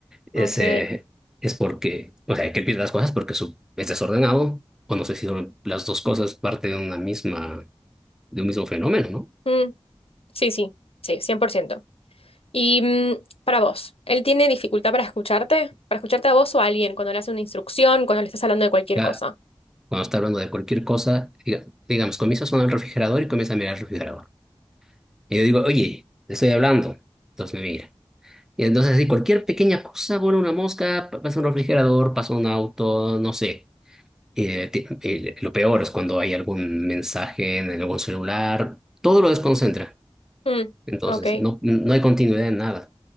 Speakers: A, in the centre; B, on the left.
A: Es,
B: Ok.
A: eh, es porque, o sea, que él pierde las cosas porque su, es desordenado, o no sé si son las dos cosas parte de una misma, de un mismo fenómeno, ¿no?
B: Mm, sí, sí, sí, 100%. Y mm, para vos, ¿él tiene dificultad para escucharte? ¿Para escucharte a vos o a alguien cuando le hace una instrucción, cuando le estás hablando de cualquier
A: Ya,
B: cosa?
A: cuando está hablando de cualquier cosa, diga- digamos, comienza a sonar el refrigerador y comienza a mirar el refrigerador. Y yo digo, oye, te estoy hablando. Entonces me mira. Y entonces, así, cualquier pequeña cosa, vuela una mosca, pa- pasa un refrigerador, pasa un auto, no sé. Eh, ti- eh, lo peor es cuando hay algún mensaje en algún celular, todo lo desconcentra.
B: Mm,
A: Entonces,
B: ok,
A: no, no hay continuidad en nada.